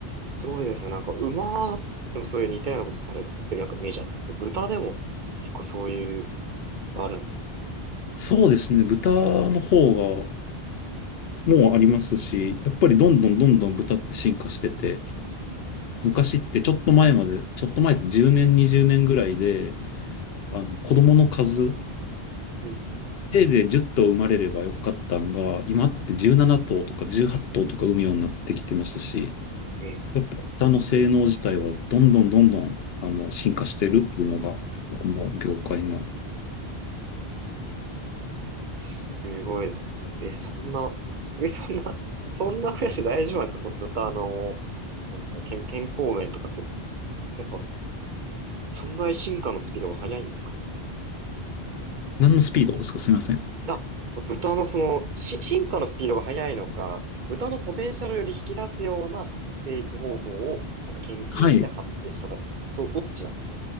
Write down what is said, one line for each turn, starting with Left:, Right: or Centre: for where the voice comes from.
Right: すごいですね。なんか、馬でもそういう似たようなことされてるなんかイメージあったんですけど、豚でも結構そういうのがあるんですね。
Left: そうですね。豚の方がもうありますし、やっぱりどんどんどんどん豚って進化してて、昔ってちょっと前まで、ちょっと前って10年、20年ぐらいで、あの子供の数、
Right: うん。うん
Left: せいぜい10頭生まれればよかったんが、今って17頭とか18頭とか産むようになってきてますし、
Right: え、
Left: やっぱ豚の性能自体はどんどんどんどんあの進化してるっていうのが、この業界の、
Right: すごいですね。え、そんな、え、そんな、そんな増やして大丈夫なんですかその豚の、なんですか、健、健康面とかって、やっぱ、そんな進化のスピードが速いんですか豚。
Left: 何のスピードですかすみません。
Right: あ、そう、豚のその、し、進化のスピードが速いのか、豚のポテンシャルより引き出すような生育方法を、なんか研究して発展しとかで、
Left: はい。
Right: ど、どっちなんです